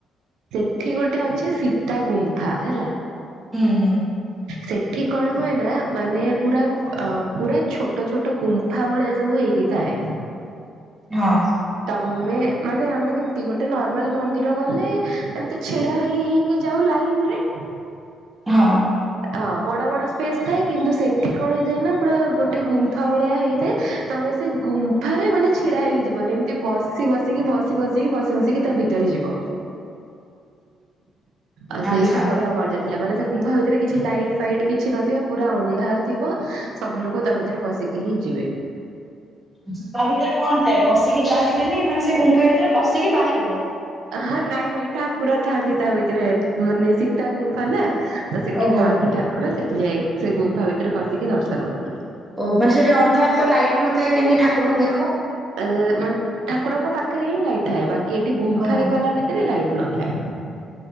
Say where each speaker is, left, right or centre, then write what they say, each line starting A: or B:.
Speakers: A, on the right (about 85°); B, on the right (about 20°).
A: ସେଠି ଗୋଟେ ଅଛି ସୀତା ଗୁମ୍ଫା ହେଲା।
B: ହୁଁ, ହୁଁ।
A: ସେଠି କଣ ହୁଏ ନା ମାନେ ପୁରା ଅ, ପୁରା ଛୋଟ ଛୋଟ ଗୁମ୍ ଫା ଭଳିଆ ସବୁ ହେଇକି ଥାଏ।
B: ହଁ।
A: ତୋମେ ମାନେ ଆମେ କେମିତି ଗୋଟେ ନର୍ମାଲ୍ ମନ୍ଦିର ଗଲେ ଏମତି ଛିଡା ହେଇ ହେଇ କି ଯାଉ ଲାଇନ୍ ରେ।
B: ହଁ।
A: ହଁ ବଡ ବଡ ସ୍ପେସ୍ ଥାଏ। କିନ୍ତୁ ସେଠି କଣ ହେଇଥାଏ ନା ପୁରା ଗୋଟେ ଗୁମ୍ଫା ଭଳିଆ ହେଇଥାଏ। ତୋମେ ସେ ଗୁମ୍ଫାରେ ମାନେ ଛିଡା ହେଇକି ଯିବନି ଏମିତି ବସି ବସିକି ବସି ବସିକି ବସି ବସିକି ତା ଭିତରେ ଯିବ। ଆଉ ସେଇଟା
B: ଆଚ୍ଛା।
A: ବଢିଆ ମଜା ଥିଲା ମାନେ ସେ ମୁୁମ୍ଫା ଭିତରେ କିଛି ଲାଇଟ୍ ଫାଇଟ୍ କିଛି ନଥିବ। ପୁରା ଅନ୍ଧାର ଥିବ ସବୁ ଲୋକ ତା ଭିତରେ ପଶି କି ହିଁ ଯିବେ।
B: ଆଚ୍ଛା ତା ଭିତରେ କଣ ଥାଏ? ପଶିକି ଯାଆନ୍ତି ଖାଲି ମାନେ ସେ ଗୁମ୍ଫା ଭିତରେ ପଶିକି ବାହାରିବ।
A: ହଁ ନାଇଁ ନାଇଁ ଠାକୁର ଥାଆନ୍ତି ତା ଭିତରେ। ମାନେ ସୀତା ଗୁମ୍ଫା ନା। ତ ସେଠି
B: ଓହୋ
A: ଥାଆନ୍ତି ଠାକୁର। ସେଠି ଯାଇ ସେ ଗୁମ୍ଫା ଭିତରେ ପଶିକି ଦର୍ଶନ କରନ୍ତି।
B: ଓ ମାନେ ସେଠି ଅନ୍ଧାର ତ ଲାଇଟ୍ ନଥାଏ କେମିତି ଠାକୁରଙ୍କୁ ଦେଖ?
A: ଏ, ମାନ ଠାକୁରଙ୍କ ପାଖରେ ହିଁ ଲାଇଟ୍ ଥାଏ ବାକି ଏଠି ଗୁମ୍ଫାରେ
B: ଓହୋ।
A: ଗଲା ଭିତରେ ଲାଇଟ୍ ନଥାଏ।